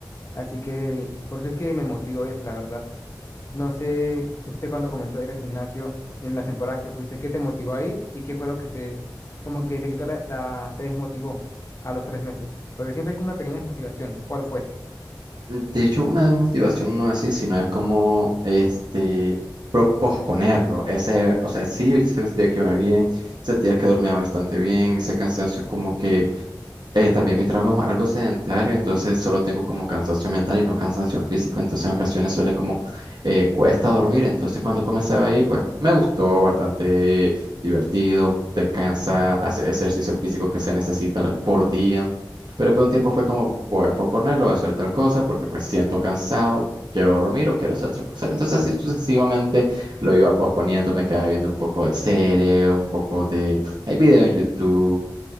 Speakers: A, on the left; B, on the right.
A: Así que por eso es que me motiva a ir, la verdad. No sé, usted cuando comenzó a ir al gimnasio, en las temporadas que fuiste, ¿qué te motivó a ir y qué fue lo que te, como que te quitó la, la- te desmotivó a los tres meses? Porque siempre es como una pequeña desmotivación. ¿Cuál fue?
B: De hecho, una desmotivación no es así, sino es como este pro- posponerlo. Ese, o sea, sí sentía que iba bien, sentía que dormía bastante bien, ese cansancio como que eh, también mi trabajo es algo sedentario, entonces solo tengo como cansancio mental y no cansancio físico, entonces en ocasiones suele como eh, cuesta dormir, entonces cuando comenzaba ahí, pues me gustó, bastante divertido, descansa, hace ejercicio físico que se necesita la- por día, pero después de un tiempo fue como voy a posponerlo, voy a hacer tal cosa porque pues siento cansado, quiero dormir o quiero hacer otra cosa, entonces así sucesivamente lo iba posponiendo, me quedaba viendo un poco de serie, un poco de, hay video en YouTube